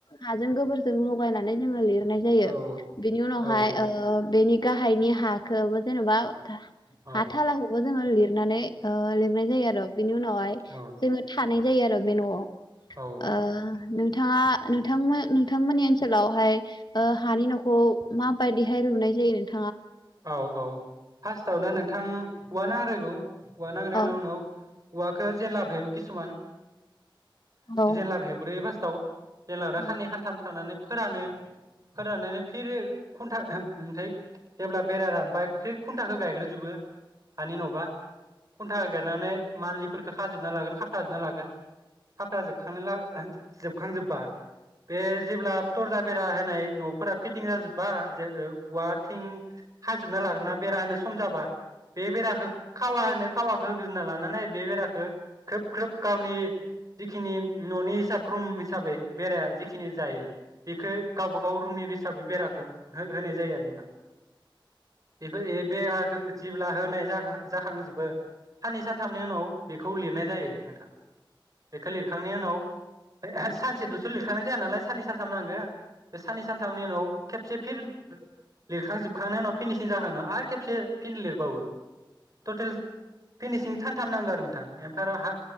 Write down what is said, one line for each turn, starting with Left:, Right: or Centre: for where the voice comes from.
Left: हाजों गोबोर जों लगायनानै जों लिर नायजायो
Right: औ
Left: बे उनावहाय
Right: औ नोंथां
Left: ओ बेनि गाहायनि हाखौबो जेनबा
Right: अ औ
Left: हाथालाखौबो जोंङो लिरनानै ओ लिरनाय जायो आरो बिनि उनावहाय
Right: औ
Left: जोङो थानाय जायो आरो बे न'आव।
Right: औ
Left: ओ नोंथाङा नोंथांमो नोंथांमोननि ओनसोलावहाय ओ हानि न'खौ माबायदिहाय लुनाय जायो नोंथा
Right: औ औ फार्स्टआवनो नोंथां <unintelligible> आरो औ औआ नांग्रे
Left: औ
Right: नाव नाव औवाखो जेनलाबो हेबो किसुमान
Left: औ
Right: जेनलाबो हेबग्रोयो फास औ जेलादा
Left: नङा
Right: खाननैै खानथाम थानानै फोरानो फोराननानै फिर खन्था <unintelligible> ओमफ्राय जेब्ला बेराया रानबाय फ्रि खुनथाखो गायग्रोजोबो हानि नबा खुन्था गायगारनानै मान्लिफोरखौ खाजोबना लागोन खाफ्राजोबना लागोन खाफ्रा जोबखांना <unintelligible> जोबखांजोब्बा बे जेब्ला तरजा बेरा होनाय नफोरा फिटिं जाजोब्बा <unintelligible> वाथिं खाजोबना लाग्रोना बेरा होनो सम जाबा बे बेराखो खावा होनो खावाखो होग्रोना लानानै बे बेरा गो घ्रोब घ्रोब गावनि जिखिनि ननि हिसाब रुम हिसाबै बेराया जिखिनि जायो बेखो गावबा गाव रुमनि लि हिसाबै बेराखो हो होनाय जायो आरो नोंथां बेफोर ए बेराखो जिब्ला होनाय <unintelligible> जाहां जोबो साननै सानथामनि उनाव बेखौ लिर नाय जायो नोंथां बेखौ लिरखांनि उनाव <unintelligible> सानसे दुस लिरखानाय जाया नालाय साननै सानथाम नांगो बे साननै सानथामनि उनाव खेबसे फिर लिरखांजोब होबखांनाय उनाव फिनिसिं जाखांना आरो खेबसे फिन लिरबावो टटेल फिनिसिं सानथाम नांगो आरो नोंथां एमफाय आरो हा